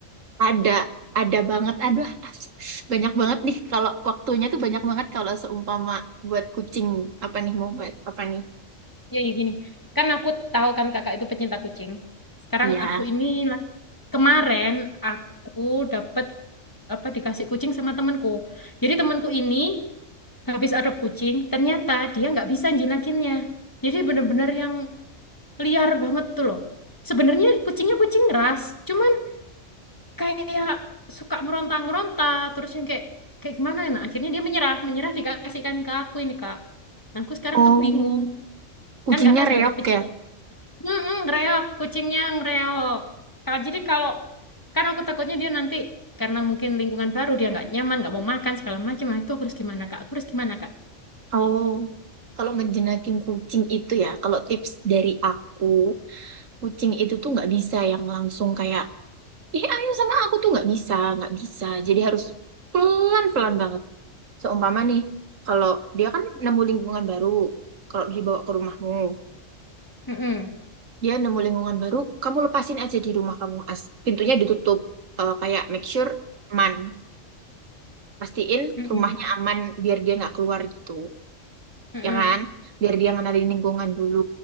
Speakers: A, on the right; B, on the left.
A: Ada, ada banget. Aduh, as- banyak banget nih kalau waktunya tuh banyak banget kalau seumpama buat kucing. Apa nih mau buat apa nih?
B: Ya, ya gini, kan aku tahu kan kakak itu pecinta kucing. Sekarang
A: Iya.
B: aku ini kemarin aku dapat apa dikasih kucing sama temanku. Jadi temanku ini habis adop kucing, ternyata dia nggak bisa jinakinnya. Jadi bener-bener yang liar banget tuh loh. Sebenarnya kucingnya kucing ras, cuman kayak suka meronta-meronta terus yang kayak kayak gimana ya nah akhirnya dia menyerah menyerah dikasihkan ke aku ini kak nah aku sekarang
A: Oh,
B: tuh bingung
A: kucingnya
B: kan kakak sebagai
A: reok
B: pecinta
A: ya.
B: mm ngereok kucingnya ngereok kak jadi kalau karena aku takutnya dia nanti karena mungkin lingkungan baru dia nggak nyaman nggak mau makan segala macam nah itu aku harus gimana kak aku harus gimana kak
A: Oh, kalau ngejenakin kucing itu ya, kalau tips dari aku, kucing itu tuh nggak bisa yang langsung kayak, eh ayo sama aku tuh nggak bisa, nggak bisa. Jadi harus pelan-pelan banget. Seumpama nih, kalau dia kan nemu lingkungan baru, kalau dibawa ke rumahmu,
B: Mm-mm.
A: dia nemu lingkungan baru, kamu lepasin aja di rumah kamu, as pintunya ditutup, Eh, kayak make sure aman, pastiin
B: Mm-mm.
A: rumahnya aman biar dia nggak keluar gitu,
B: Mm-mm.
A: ya kan? Biar dia ngenalin lingkungan dulu.